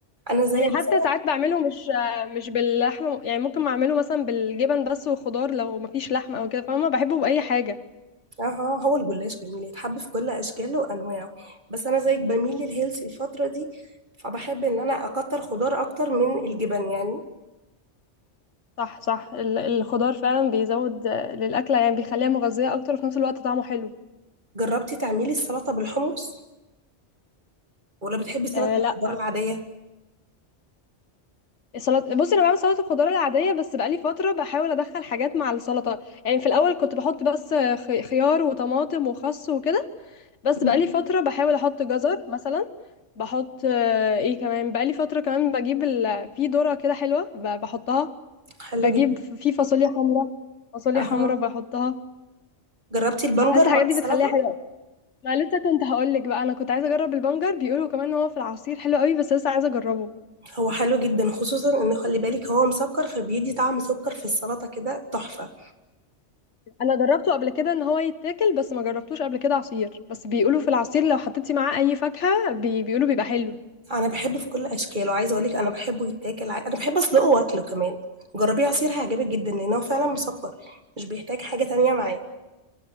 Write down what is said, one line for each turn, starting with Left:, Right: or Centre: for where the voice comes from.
Right: انا زي
Left: يعني
Right: بس
Left: حتى ساعات بعمله مش مش باللحمه يعني ممكن اعمله مثلا بالجبن بس والخضار لو مفيش لحمه او كده فاهمه بحبه باي حاجه
Right: اه آه، هو الجلاش جميل يتحب في كل اشكاله وانواعه بس انا زيك بميل للهيلث الفترة دي فبحب ان انا اكتر خضار اكتر من الجبن يعني
Left: صح صح ال- الخضار فعلا بيزود آه، للاكله يعني بيخليها مغذيه اكتر وفي نفس الوقت طعمه حلو
Right: جربتي تعملي السلطة بالحمص ولا بتحبي سلطة
Left: آه
Right: الخضار
Left: لا
Right: العادية
Left: السلطه بصي انا بعمل سلطه الخضار العاديه بس بقالي فتره بحاول ادخل حاجات مع السلطه يعني في الاول كنت بحط بس خ- خيار وطماطم وخس وكده بس
Right: <laughs> مهم.
Left: بقالي فتره بحاول احط جزر مثلا بحط آه، ايه كمان بقالي فتره كمان بجيب ال... في ذره كده حلوه ب- بحطها
Right: حلو
Left: بجيب
Right: جدا
Left: في فاصوليا حمراء فاصوليا
Right: اها
Left: حمراء بحطها
Right: جربتي البنجر
Left: بحس الحاجات
Right: مع السلطة
Left: دي بتخليها حلوه ما لسه كنت هقول لك بقى انا كنت عايزه اجرب البنجر بيقولوا كمان ان هو في العصير حلو قوي بس لسه عايزه اجربه
Right: هو حلو جدا خصوصا ان خلي بالك هو مسكر فبيدي طعم سكر في السلطة كده تحفة
Left: انا جربته قبل كده ان هو يتاكل بس ما جربتوش قبل كده عصير بس بيقولوا في العصير لو حطيتي معاه اي فاكهة بي... بيقولوا بيبقى حلو
Right: انا بحبه في كل اشكاله عايزه اقول لك انا بحبه يتاكل عا- انا بحب اسلقه واكله كمان جربيه عصير هيعجبك جدا لان هو فعلا مسكر مش بيحتاج حاجه تانية معاه